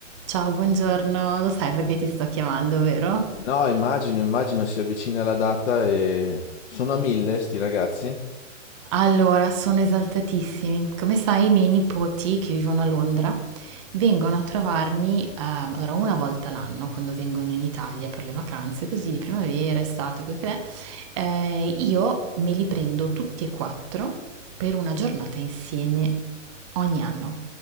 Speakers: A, on the right; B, on the left.
A: Ciao, buongiorno. Lo sai perché ti sto chiamando, vero?
B: No, immagino, immagino si avvicina la data e sono a mille sti ragazzi
A: Allora, sono esaltatissimi. Come sai, i miei nipoti che vivono a Londra vengono a trovarmi, ehm, allora una volta l'anno quando vengono in Italia per le vacanze, così di primavera, estate, quel che è, eh, io me li prendo tutti e quattro per una giornata insieme ogni anno.